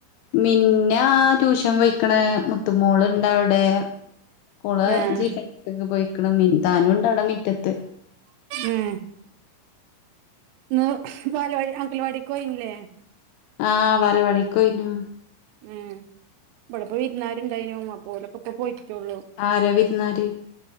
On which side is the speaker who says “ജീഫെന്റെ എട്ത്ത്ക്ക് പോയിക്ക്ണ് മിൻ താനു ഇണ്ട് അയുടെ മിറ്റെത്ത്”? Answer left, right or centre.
Left